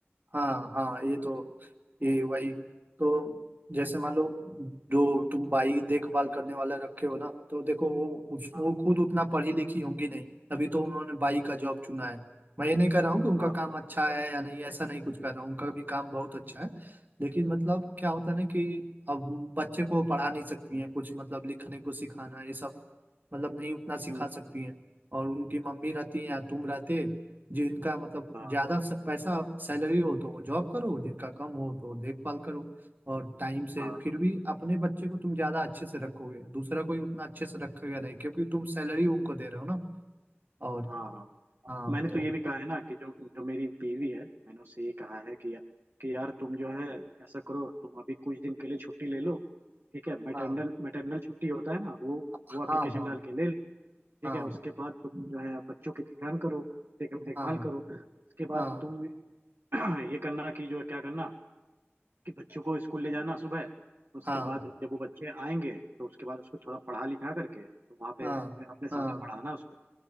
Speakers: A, on the right; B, on the right.
A: हाँ हाँ ये तो ये वही तो जैसे मान लो जो तुम बाई देखभाल करने वाला रखे हो ना तो देखो वो उस-
B: हाँ
A: वो खुद उतना पढ़ी लिखी होंगी नहीं तभी तो उन्होंने बाई का जॉब चुना है मैं ये नहीं कह रहा हूँ कि उनका
B: हाँ
A: काम अच्छा है या नहीं ऐसा नहीं कुछ कर रहा हूँ उनका भी काम बहुत अच्छा है लेकिन मतलब क्या होता है ना कि अब बच्चे को पढ़ा नहीं सकती हैं कुछ मतलब लिखने को सिखाना ये सब मतलब नहीं उतना सिखा
B: हाँ
A: सकती हैं और उनकी मम्मी रहती हैं या तुम रहते जिनका मतलब
B: हाँ
A: ज्यादा स- पैसा सैलरी हो तो वो जॉब करो जिनका कम हो तो देखभाल करो और टाइम से
B: हाँ
A: फिर भी अपने बच्चे को तुम ज्यादा अच्छे से रखोगे दूसरा कोई उतना अच्छे से रखेगा नहीं क्योंकि तुम सैलरी उनको दे रहे हो ना और
B: हाँ हाँ
A: हाँ
B: मैंने
A: तो
B: तो ये भी कहा है ना कि जो जो मेरी बीवी है मैंने उससे ये कहा है कि कि यार तुम जो है ऐसा करो तुम अभी कुछ दिन के लिए छुट्टी ले लो ठीक है मैटरनल
A: हाँ
B: मैटरनल छुट्टी होता है ना वो
A: हाँ
B: वो एप्लीकेशन
A: हाँ
B: डाल के ले लो ठीक
A: हाँ
B: है उसके बाद तुम जो है बच्चों की ध्यान करो देख देखभाल
A: हाँ
B: करो उसके बाद
A: हाँ
B: तुम <clears throat> ये करना कि जो है क्या करना कि बच्चों को स्कूल ले जाना सुबह उसके
A: हाँ
B: बाद जब वो बच्चे आएंगे तो उसके बाद उसको थोड़ा पढ़ा लिखा करके तो वहाँ पे
A: हाँ
B: अपने अपने सामने
A: हाँ हाँ
B: पढ़ाना उसको